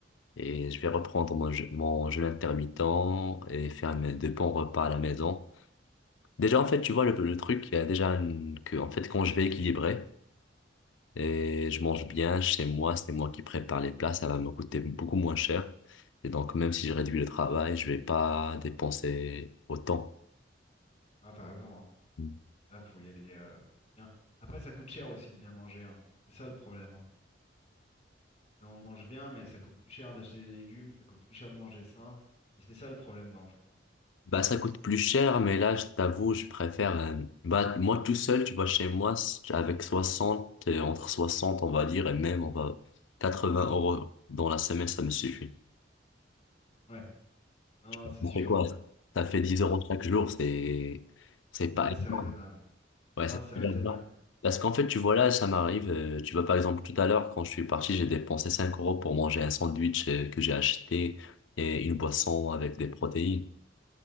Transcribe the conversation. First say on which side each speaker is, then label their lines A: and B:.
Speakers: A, on the left (about 85°); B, on the left (about 35°).
A: et je vais reprendre mon, je- mon jeûne intermittent et faire mes deux bons repas à la maison. Déjà, en fait, tu vois, le, le truc, il y a déjà une- que, en fait, quand je vais équilibrer et je mange bien chez moi, c'est moi qui prépare les plats, ça va me coûter beaucoup moins cher. Et donc, même si je réduis le travail, je vais pas dépenser autant.
B: ah, t'as raison, hein.
A: Mm.
B: Là, faut y aller, euh, faut être bien. Après, ça coûte cher aussi de bien manger, hein. C'est ça le problème. hein. C'est On mange bien, mais ça coûte plus cher d'acheter des légumes, ça coûte plus cher de manger sain. Et c'est ça le problème dans le fond. hein.
A: Bah, ça coûte plus cher, mais là, je t'avoue, je préfère, euh, bah, moi tout seul, tu vois, chez moi, s- avec 60, euh, entre 60, on va dire, et même, on va, 80 euros dans la semaine, ça me suffit.
B: Ouais, non,
A: Tu vois,
B: c'est sûr.
A: Ça fait quoi? Ça fait 10
B: Après-
A: euros chaque jour, c'est, c'est pas
B: Ouais,
A: énorme.
B: c'est raisonnable.
A: Ouais,
B: Ah,
A: ça
B: c'est
A: fait
B: raisonnable.
A: longtemps. Parce qu'en fait, tu vois, là, ça m'arrive. euh, tu vois, par exemple, tout à l'heure, quand je suis parti, j'ai dépensé 5 euros pour manger un sandwich euh, que j'ai acheté et une boisson avec des protéines.